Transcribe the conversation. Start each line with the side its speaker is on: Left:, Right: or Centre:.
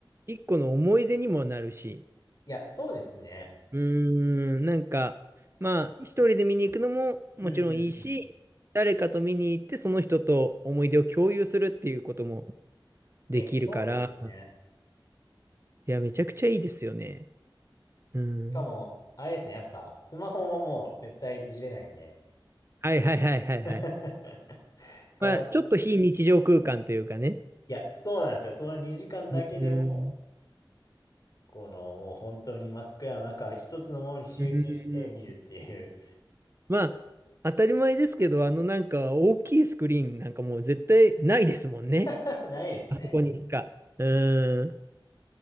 Right: 一個の思い出にもなるし、
Left: いや、そうですね。
Right: うーん、なんか、まあ、一人で見に行くのももちろんいいし、
Left: うんうんうん。
Right: 誰かと見に行ってその人と思い出を共有するっていうこともできるから、
Left: え、そうですね。
Right: いや、めちゃくちゃいいですよね。うん。
Left: しかも、あれですね、やっぱ、スマホももう絶対いじれないんで、
Right: はいはいはいはいはい。
Left: <laughs> この、
Right: まあ、ちょっと非日常空間というかね。
Left: いや、そうなんですよ。その2時間だけでも、
Right: うん。
Left: この、もう本当に真っ暗の中、一つのものに集中して見るっていう、
Right: うん。まあ、当たり前ですけど、あのなんか大きいスクリーンなんかもう絶対ないですもんね。
Left: <laughs> ないですね。
Right: あそこにしか。うん。